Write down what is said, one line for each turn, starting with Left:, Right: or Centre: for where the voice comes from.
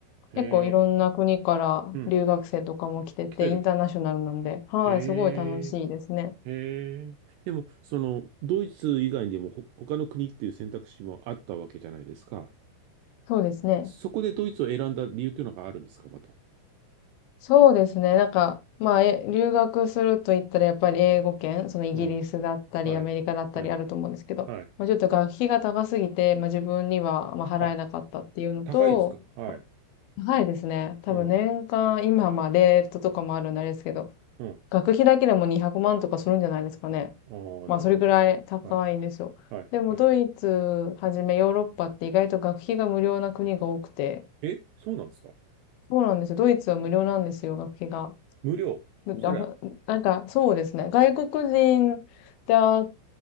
Right: へえ、
Left: 結構いろんな国から留学生とかも来てて、
Right: うん。来てる。
Left: インターナショナルなんで、はい、
Right: え
Left: すごい楽しいですね。
Right: え、へえ。でも、その、ドイツ以外にもほ他の国っていう選択肢もあったわけじゃないですか。
Left: そうですね。
Right: そこでドイツを選んだ理由っていうのがあるんですか、また。
Left: そうですね。なんか、まあ、え、留学すると言ったらやっぱり英語圏、そのイギリスだったり、
Right: うん。はい。
Left: アメリカだったりあると思うんですけど、
Right: はい。はい。
Left: まあ、ちょっと学費が高すぎて、まあ自分にはまあ払えなかったっていうのと、
Right: あ、高いんですかはい。
Left: 高いですね。多分年間、
Right: うん。
Left: 今まあレートとかもあるんであれですけど、
Right: うん。
Left: 学費だけでも200万とかするんじゃないですかね。
Right: ああ、
Left: まあそれぐらい高いんですよ。
Right: なるほど。はい。はい。
Left: でもドイツはじめヨーロッパって意外と学費が無料な国が多くて、
Right: はい。え、そうなんですか
Left: そうなんですよ。ドイツは無料なんですよ、学費が。
Right: 無料。
Left: ななんか、
Right: そりゃ。
Left: そうですね。外国人だっ